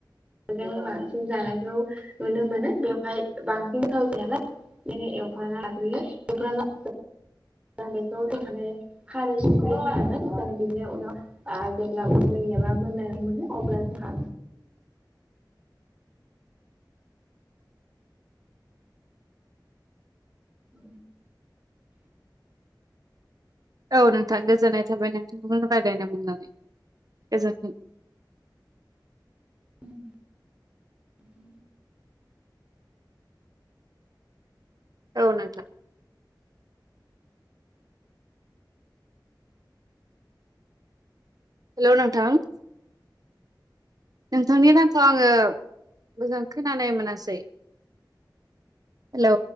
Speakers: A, on the right; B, on the right.
A: जों बांसिन जानायखौ नुनो मोनो। बेवहाय बांसिन थाव जायालाय मानि एवप्राना लाग्रोयो एवप्राना <inaudible> ज बेखौ होनानै खारै संख्रै होननानै जों बिदिनो उनाव जेब्ला <unintelligible> जायो एबा मोननाय मोनो अब्ला जोंहा <unintelligible> <unintelligible>
B: औ नोंथां गोजोननाय थाबाय नोंथांनो रायज्लायनो मोननानै गोजोन्थों
A: <inaudible>
B: औ नोंथां हेल' नोंथां नोंथांनि रावखौ आङो मोजां खोनानाय मोनासै हेल'